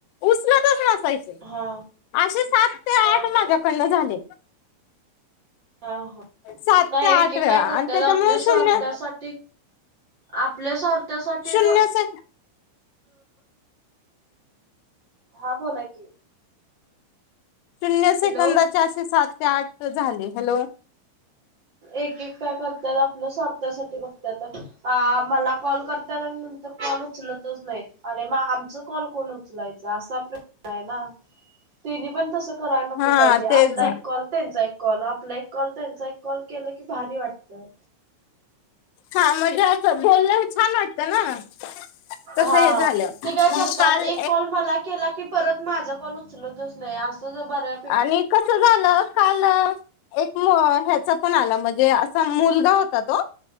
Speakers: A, on the left (about 85°); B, on the right (about 30°).
A: उचलतच नसायचे.
B: हा.
A: असे सात ते आठ
B: हा हा
A: माझ्या कडन झालेत
B: हा हा
A: सात
B: नाही
A: ते आठ
B: एके
A: वेळा
B: काय
A: आणि
B: करतात
A: त्याच्यामुळे
B: आपल्या
A: शून्य
B: स्वार्थासाठी आपल्या स्वार्थ्यासाठी
A: शून्य से
B: हा बोला की?
A: शून्य सेकंदाचे
B: हॅलो
A: असे सात ते आठ झाले, हॅलो
B: एक-एक काय करत्यात, आपल्या स्वार्थासाठी बघत्यात, आ मला कॉल कर त्यात अन नंतर कॉल उचलत तच नाहीत, आणि म आमच कॉल कोण उचलायचा असा प्रश्न आहे ना? तेनी पण तसं करायला नको
A: हा
B: पाहिजे.
A: तेच
B: आपला एक कॉल त्यांचा एक कॉल आपला एक कॉल. त्यांचा एक कॉल केल की, भारी वाटतं.
A: हा, म्हणजे असं छान वाटत ना.
B: हा,
A: तसं हे झालं
B: ते काय
A: मग
B: करतात
A: काल
B: एक कॉल मला केला की, परत माझा कॉल उचलतच नाही असं ज बर्‍याच.
A: आणि कसं झालं. काल एक मु ह्याचा पण आला म्हणजे असा मुलगा होता तो.